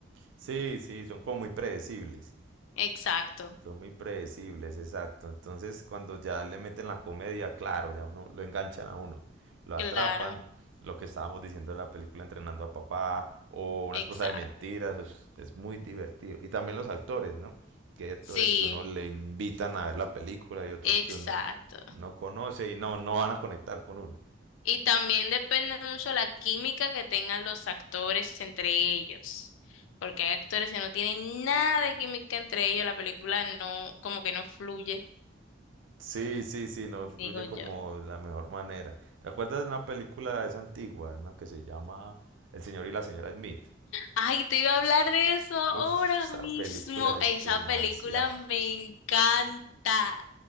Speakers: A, on the right; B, on the left.
A: sí, sí, son como muy predecibles.
B: Exacto,
A: Son muy predecibles, exacto. Entonces, cuando ya le meten la comedia, claro, ya uno lo enganchan a uno, lo atrapan,
B: claro,
A: lo que estábamos diciendo de la película Entrenando a Papá o Una
B: exacto.
A: esposa de mentiras, es, es muy divertido. Y también los actores, ¿no? Que hay actores
B: Sí,
A: que uno le invitan a ver la película y otros
B: exacto.
A: que uno no conoce y no, no van a conectar con uno.
B: Y también depende mucho la química que tengan los actores entre ellos, porque hay actores que no tienen nada de química entre ellos, la película no, como que no fluye,
A: Sí, sí, sí, no fluye
B: digo yo.
A: como de la mejor manera. ¿Te acuerdas de una película, es antigua, ¿no? que se llama El señor y la señora Smith?
B: Ay, te iba a hablar de eso ahora
A: Uf, esa
B: mismo.
A: película es
B: Esa
A: demasiado.
B: película me encanta.